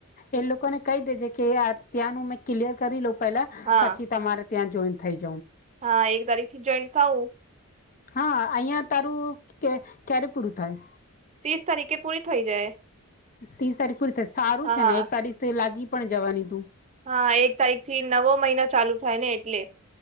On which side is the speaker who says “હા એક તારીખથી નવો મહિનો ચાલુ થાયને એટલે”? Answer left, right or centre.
Right